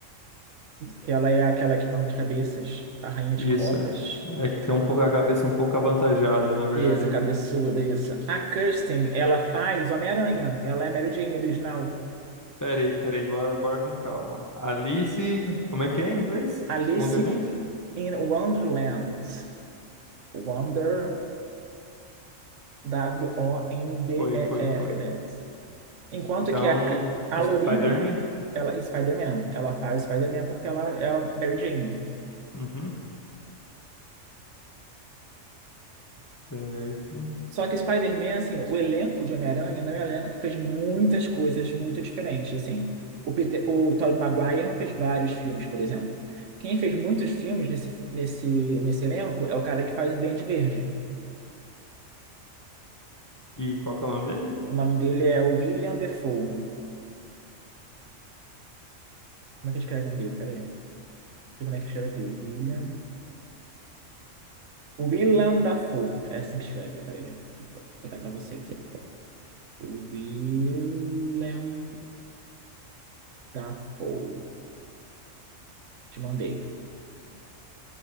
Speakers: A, on the right; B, on the left.
A: Que ela é aquela que corta as cabeças, a rainha de
B: Isso,
A: copas.
B: é. É que tem um pouco a cabeça um pouco avantajada, na verdade,
A: Isso, cabeçuda,
B: né?
A: isso. A Kirsten, ela faz Homem-Aranha. Ela é Mary Jane original.
B: Peraí, peraí, bora, bora com calma. Alice, como é que é em inglês?
A: Alice
B: Wonderland?
A: in Wonderland. Wonder, W-O-N-D-E-R,
B: Foi, foi, foi.
A: Lens. Enquanto
B: Então,
A: que a, a
B: Spider-Man?
A: Lourinha, ela, Spider-Man, ela faz Spider-Man porque ela é a Mary Jane.
B: Uhum, certo.
A: Só que Spider-Man, assim, o elenco de Homem-Aranha não é um elenco que fez muitas coisas muito diferentes, assim. O Peter, o Tobey Maguire não fez vários filmes, por exemplo. Quem fez muitos filmes nesse, nesse, nesse elenco é o cara que faz o Duende Verde.
B: E qual que é o nome dele?
A: O nome dele é William Defoe. Como é que escreve o nome dele? Peraí. Como é que escreve aqui? William... Willem Dafoe. É assim que escreve, peraí. Vou botar pra você aqui. Willem Dafoe. Te mandei.